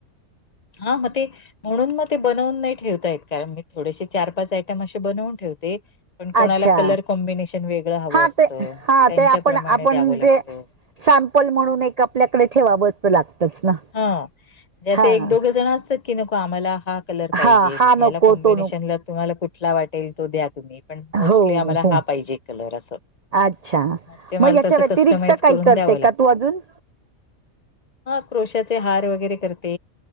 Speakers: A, on the left; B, on the right.
A: हा मग ते म्हणून मग ते बनवून नाही ठेवतायत कारण मी थोडेसे चार पाच आयटम असे बनवून ठेवते पण कोणाला
B: अच्छा
A: कलर कॉम्बिनेशन वेगळं हवं
B: हां
A: असतं
B: ते हां
A: त्यांच्याप्रमाणे
B: ते आपण आपण
A: द्यावं लागतं
B: ते सॅम्पल म्हणून एक आपल्याकडे ठेवावं तर लागतच ना
A: हा ज असं
B: हां
A: एक दोघं जण असतात की नको आम्हाला हा कलर पाहिजे
B: हां हा
A: मग याला
B: नको
A: कॉम्बिनेशनला
B: तो नको
A: तुम्हाला कुठला वाटेल तो द्या तुम्ही पण मोस्टली
B: हो
A: आम्हाला
B: हो
A: हा पाहिजे कलर असं
B: अच्छा
A: मग ते माल
B: याच्या
A: तस
B: व्यतिरिक्त
A: कस्टमाइज
B: काही
A: करून
B: करते
A: द्यावं
B: का
A: लागतं
B: तू अजून
A: हा क्रोशाचे हार वगैरे करते